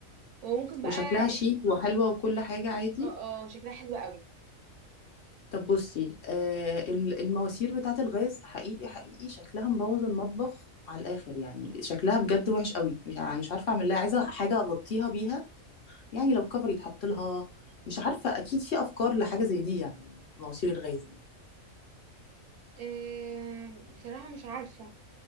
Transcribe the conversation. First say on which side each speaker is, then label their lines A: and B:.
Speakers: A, on the right (about 70°); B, on the left (about 55°).
A: وممكن
B: وشكلها
A: بقى
B: شيك وحلوة وكل حاجة عادي
A: اه اه شكلها حلو قوي
B: طب بصي آه ال- المواسير بتاعة الغاز حقيقي حقيقي شكلها مبوظ المطبخ على الآخر يعني شكلها بجد وحش قوي مش يعني مش عارفة أعمل لها عايزة حاجة أغطيها بيها يعني لو كفر يتحط لها مش عارفة أكيد في أفكار لحاجة زي دي يعني مواسير الغاز دي
A: آه بصراحه مش عارفه